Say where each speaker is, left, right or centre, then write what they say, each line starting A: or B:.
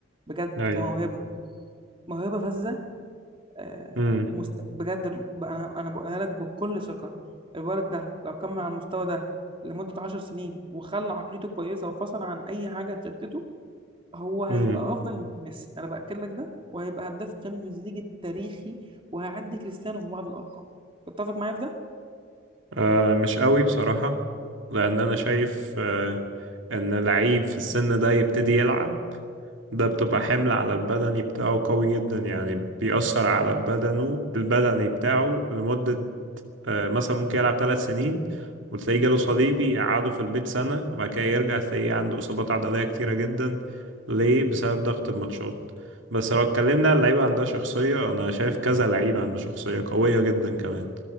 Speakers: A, on the right (about 25°); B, on the right (about 75°).
A: بجد
B: اي
A: كموهبه موهبه فذه آه،
B: امم
A: مست... بجد ال- بقى انا انا بقولها لك بكل ثقه الولد ده لو كمل على المستوى ده لمده 10 سنين وخلى عقليته كويسه وفصل عن اي حاجه تشتته هو هيبقى
B: امم
A: افضل من ميسي انا باكد لك ده وهيبقى هداف تشامبيونز ليج التاريخي وهيعدي كريستيانو في بعض الارقام تتفق معايا في ده
B: آه مش قوي بصراحة لان انا شايف آه ان لعيب في السن ده يبتدي يلعب ده بتبقى حمل على البدني بتاعه قوي جدا يعني بيأثر على بدنه البدني بتاعه لمدة آه، مثلا ممكن يلعب ثلاث سنين وتلاقيه جاله صليبي يقعده في البيت سنة وبعد كده يرجع تلاقيه عنده إصابات عضلية كتيرة جدا ليه؟ بسبب ضغط الماتشات بس لو اتكلمنا عن لعيبة عندها شخصية أنا شايف كذا لعيبة عنده شخصية قوية جدا كمان